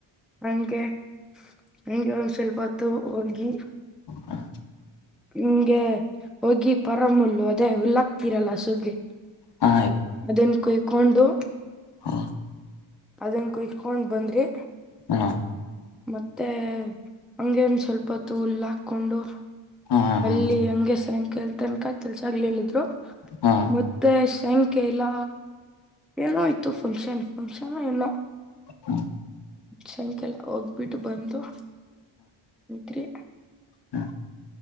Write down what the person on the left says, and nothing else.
ಹಾ
ಹಾ
ಹೌ
ಹಾ
ಹಾ ಹಾ
ಹಾ
ಹೂ
ಹೂ